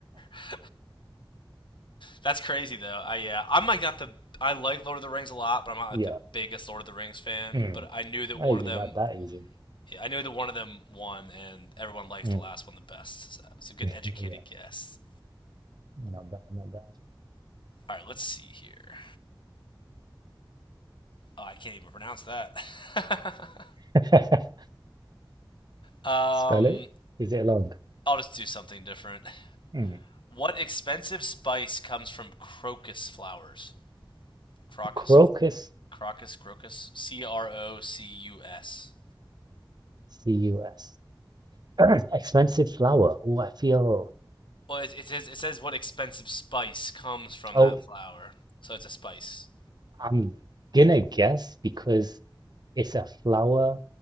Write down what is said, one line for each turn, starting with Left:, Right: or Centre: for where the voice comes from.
Left: <laughs> That's crazy though. I yeah, I'm like not the I like Lord of the Rings a lot, but I'm not
Right: Yeah.
Left: like the biggest Lord of the Rings fan.
Right: Mm.
Left: But I knew that
Right: Oh,
Left: one
Right: you
Left: of them
Right: got that easy.
Left: I knew that one of them won, and everyone likes
Right: Mm.
Left: the last one the best. So it's a good
Right: <laughs>
Left: educated
Right: Yeah.
Left: guess.
Right: Not bad, not
Left: All right, let's see here. Oh, I can't even pronounce that. <laughs>
Right: bad. <laughs>
Left: um,
Right: Spell it. Is it long?
Left: I'll just do something different.
Right: Mm.
Left: What expensive spice comes from crocus flowers? Crocus,
Right: Crocus,
Left: crocus, crocus. C R O C U S.
Right: C-U-S. <clears throat> Expensive flower. Oh, I feel.
Left: Well, it, it says it says what expensive spice comes from
Right: Oh,
Left: that flower, so it's a spice.
Right: I'm gonna guess because it's a flower,